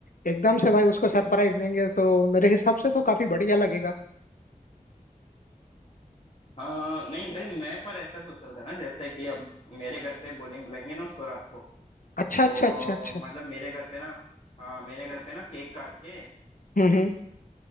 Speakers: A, on the left; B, on the left.
A: एकदम से भाई उसको सरप्राइज देंगे तो मेरे हिसाब से तो काफी बढ़िया लगेगा
B: हाँ नहीं भाई मैं पर ऐसा सोच रहा था ना जैसे कि अब मेरे घर पे बोलेंगे बुलाएंगे ना उसको रात को
A: अच्छा अच्छा
B: तो
A: अच्छा अच्छा
B: मतलब मेरे घर पे ना हाँ मेरे घर पे ना केक काट के आ,
A: हम्म हम्म